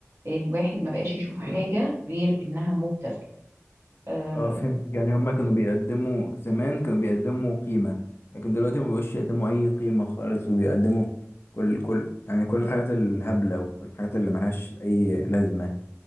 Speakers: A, on the right (about 60°); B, on the left (about 50°).
A: الواحد ما بقاش يشوف حاجه غير انها مبتذل آه
B: اه فهمتك يعني هما كانوا بيقدموا زمان كانوا بيقدموا قيمة لكن دلوقتي ما بقوش يقدموا أي قيمة خالص وبيقدموا كل كل يعني كل الحاجات الهبلة وكل الحاجات اللي ملهاش أي لازمة